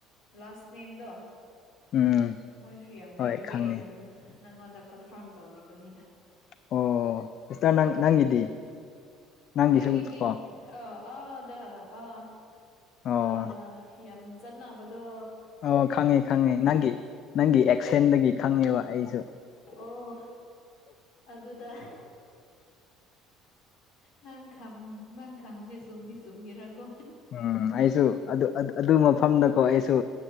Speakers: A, on the left; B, on the left.
A: ꯂꯥꯁ ꯅꯦꯝꯗꯣ
B: ꯎꯝ
A: ꯃꯣꯏꯁꯨ ꯌꯥꯝ
B: ꯍꯣꯏ
A: ꯂꯩꯕꯒꯤ
B: ꯈꯪꯉꯦ
A: ꯑꯩꯅ ꯅꯪꯉꯣꯟꯗ ꯀꯟꯐꯥꯔꯝ ꯇꯧꯅꯤꯡꯕꯅꯤꯗ
B: ꯑꯣ ꯁꯇꯥꯥꯔ ꯅꯪ ꯅꯪꯒꯤꯗꯤ ꯅꯪꯒꯤꯁꯨ
A: ꯍꯩꯒꯗꯗꯤ
B: ꯀꯣ
A: ꯑ ꯑꯗ ꯑ
B: ꯑꯣ
A: ꯑ ꯌꯥꯝ ꯆꯠꯅꯕꯗꯣ
B: ꯑꯣ ꯈꯪꯉꯦ ꯈꯪꯉꯦ ꯅꯪꯒꯤ ꯅꯪꯒꯤ ꯑꯦꯛꯁꯦꯟꯗꯒꯤ ꯈꯪꯉꯦꯕ ꯑꯩꯁꯨ
A: ꯑꯣ ꯑꯗꯨꯗ ꯅꯪ ꯈ ꯅꯪ ꯈꯪꯕꯁꯦ ꯆꯨꯝꯗꯤ ꯆꯨꯝꯒꯦꯔꯥꯀꯣ
B: ꯎꯝ ꯑꯩꯁꯨ ꯑꯗꯨ ꯑꯗꯨ ꯃꯐꯝꯗꯀꯣ ꯑꯩꯁꯨ